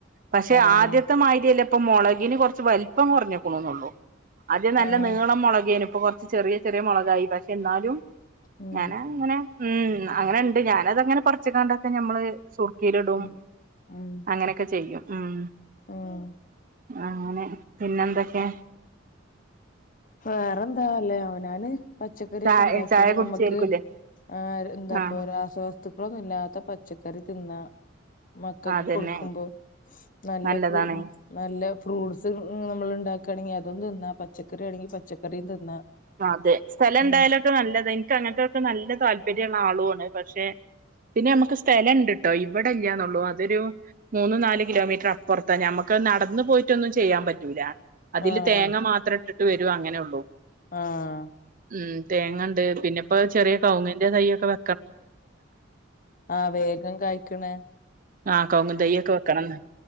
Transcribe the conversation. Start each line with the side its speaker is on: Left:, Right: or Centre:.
Right: പക്ഷെ
Left: ആഹ്
Right: ആദ്യത്തെ മായ്ര്യല്ല ഇപ്പൊ മൊളകിന് കൊറ്ച്ച് വല് പ്പം കൊറ്ഞ്ഞക്ക്ണുന്നൊള്ളു ആദ്യം നല്ല
Left: ആഹ്
Right: നീളം മൊളകേനു. ഇപ്പൊ കൊറ്ച്ച് ചെറിയ ചെറിയ മൊളകായി പക്ഷെ ഇന്നാലും
Left: ഉം
Right: ഞാന് അങ്ങനെ ഉം ഉം അങ്ങനെ ഇണ്ട് ഞാന് അത് അങ്ങനെ <unintelligible> വച്ച്കാണ്ടൊക്കെ നമ്മള് അത് സുർക്കേല് ഇടും.
Left: ഉം ഉം
Right: അങ്ങനെ ഒക്കെ ചെയ്യും ഉം
Left: ഉം
Right: അങ്ങനെ പിന്നെ എന്തൊക്കെ
Left: വേറെ എന്താ അല്ലേ അവനാന് പച്ചക്കറി
Right: ചായ
Left: ഒക്കെ ഇണ്ടാക്ക്യാല്
Right: ചായ കുടിച്ചായിരിക്കൂല്ലേ
Left: നമക്ക് ആഹ് എന്താപ്പോ
Right: ആഹ്
Left: റ്യാ ആസ്വാ വസ്ത്തുക്കളൊന്നുല്ലാത്ത പച്ചക്കറി തിന്ന മക്കക്ക്
Right: അതന്നെ
Left: കൊടുക്കുമ്പോ നല്ല
Right: നല്ലതാണ്
Left: <unintelligible> നല്ല ഫ്രൂട്ട്സ് നമ്മൾ ഇണ്ടാക്കാണെങ്കി അതും തിന്ന പച്ചക്കറി ആണെങ്കി പച്ചക്കറിം തിന്നാ
Right: അതെ. സ്ഥലം ഇണ്ടായാലൊക്കെ
Left: ഉം
Right: നല്ലത്. എൻക്ക് അങ്ങൻത്തൊക്കെ നല്ല താല്പര്യ ഇള്ള ആളു ആണ്. പക്ഷെ പിന്നെ നമക്ക് സ്ഥലം ഇണ്ട്ട്ടോ. ഇവിടെ ഇല്ലാന്നൊള്ളു അതൊരു മൂന്നു നാല് കിലോമീറ്റർ അപ്പൊറ്ത്ത. ഞ്ഞമ്മക്ക് നടന്നു പോയിട്ടൊന്നും ചെയ്യാൻ പറ്റൂല അതില്
Left: ആഹ്
Right: തേങ്ങ മാത്രം ഇട്ടിട്ട് വരു അങ്ങനെ ഒള്ളൂ
Left: ആഹ
Right: ഉം തേങ്ങ ണ്ട് പിന്നെ ഇപ്പ ചെറിയ കവുങ്ങിന്റെ തൈയൊക്കെ വെ
Left: ആഹ വേഗം കായ്ക്ക്ണെ
Right: ആഹ കോങ്ങ് തൈ യ്യൊക്കെ വെക്കണംന്ന്